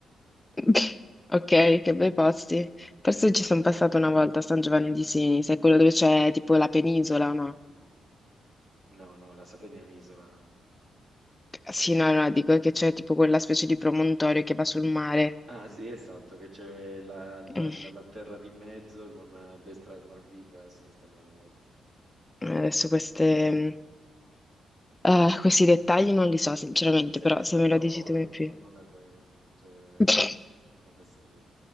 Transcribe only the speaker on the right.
No, no, la Sardegna è un'isola.
Ah, sì, esatto, che c'è la, la-
la- la terra di mezzo con eh, a destra il Mar Vivo e a sinistra il Mar Morto.
Sei
mai stata
o,
o non è vero? C'è eh,
una fesseria.